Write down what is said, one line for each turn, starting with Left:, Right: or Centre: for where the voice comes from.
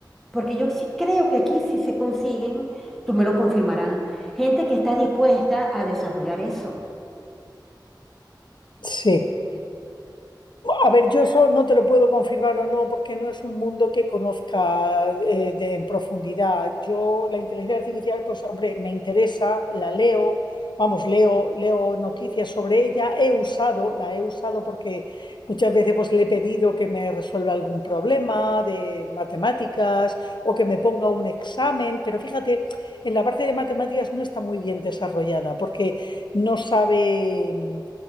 Centre: porque yo sí creo que aquí sí se consiguen, tú me lo confirmarás, gente que está dispuesta a desarrollar eso.
Left: Sí. A ver, yo eso no te lo puedo confirmar o no, porque no es un mundo que conozca eh, de- en profundidad. Yo la inteligencia artificial, pues hombre, me interesa, la leo, vamos, leo, leo noticias sobre ella, he usado, la he usado porque muchas veces pues le he pedido que me resuelva algún problema de matemáticas o que me ponga un examen, pero fíjate, en la parte de matemáticas no está muy bien desarrollada porque no sabe.